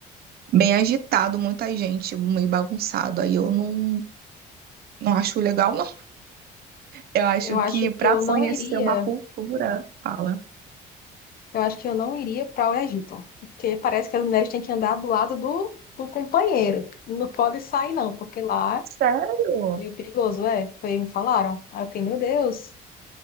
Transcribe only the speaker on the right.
bem agitado, muita gente, meio bagunçado. Aí eu não, não acho legal, não. Eu acho
que para
conhecer
uma cultura, fala.
Sério?